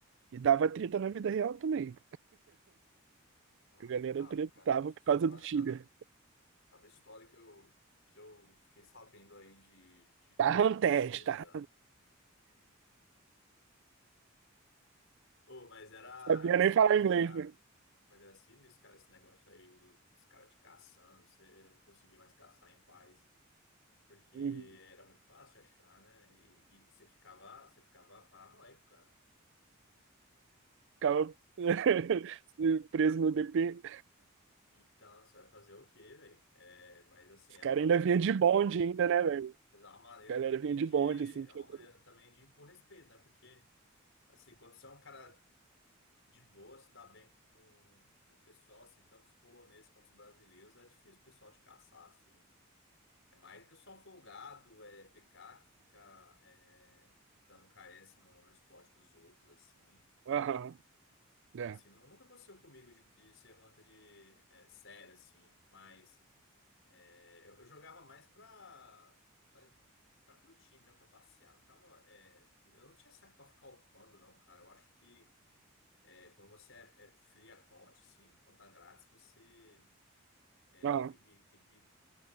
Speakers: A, on the right (about 60°); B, on the left (about 65°).
A: E dava treta na vida real também.
B: Ah,
A: A galera
B: que dava,
A: tretava
B: cara. Nossa
A: por
B: senhora,
A: causa do Tibia.
B: cada, cada história que eu, que eu fiquei sabendo aí de, de
A: Tá ranted,
B: Treta.
A: tá
B: Oh, mas era,
A: Sabia
B: era
A: nem
B: sinistro,
A: falar inglês,
B: cara.
A: né?
B: Mas era sinistro, cara, esse negócio aí do- dos caras te caçando, você não conseguia mais caçar em paz. porque
A: Uhum.
B: era muito fácil de achar, né? E, e você ficava, você ficava paranoico, cara.
A: Ficava <laughs> preso no DP.
B: Então, você vai fazer o quê, velho? É, mas assim,
A: Os
B: é
A: caras
B: uma maneira,
A: ainda vinha de bonde ainda, né, velho?
B: mas é uma maneira
A: A galera
B: também
A: vinha de
B: de,
A: bonde, assim.
B: é
A: Tinha...
B: uma maneira também de impor respeito, né? Porque assim, quando você é um cara de boa, se dá bem com, com o pessoal, assim, tanto os poloneses quanto os brasileiros, é difícil o pessoal te caçar, assim. É mais o pessoal folgado, é PK que fica é, dando KS no, no esporte dos outros, assim.
A: Aham, é.
B: Assim, nu- nunca aconteceu comigo de, de ser hunter de é, sério, assim, mas é, eu, eu jogava mais pra, pra, pra curtir mesmo, pra passear. Não ficava, é, eu não tinha saco pra ficar upando, não, cara. Eu acho que é, quando você é, é free account, assim, conta grátis, você é,
A: Aham,
B: tem que, tem que